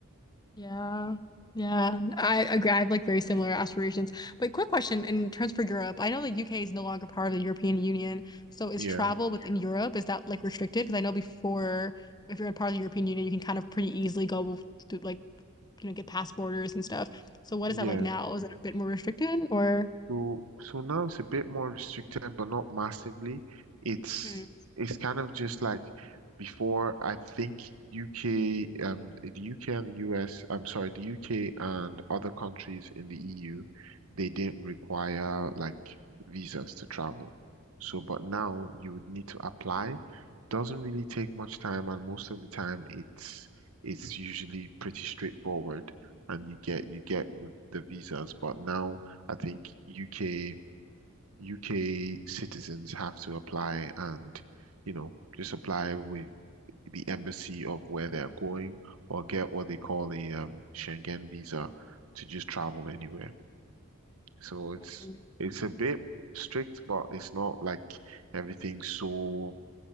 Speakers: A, on the left; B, on the right.
A: Yeah. Yeah. I agree. I have like very similar aspirations. But quick question in terms for Europe, I know the UK is no longer part of the European Union. So is
B: Yeah,
A: travel within Europe, is that like restricted? Because I know before, if you're a part of the European Union, you can kind of pretty easily go through like, you know, get past borders and stuff. So what
B: yeah.
A: is that like now? Is it a bit more restricted or?
B: So, so now it's a bit more restricted, but not massively. It's
A: Hmm.
B: it's kind of just like before. I think UK, um, the UK and the US. I'm sorry, the UK and other countries in the EU, they didn't require like visas to travel. So, but now you would need to apply. It doesn't really take much time, and most of the time, it's it's usually pretty straightforward, and you get you get the visas. But now. I think UK UK citizens have to apply and, you know, just apply with the embassy of where they're going or get what they call a um, Schengen visa to just travel anywhere. So it's
A: Mhm.
B: it's a bit strict, but it's not like everything's so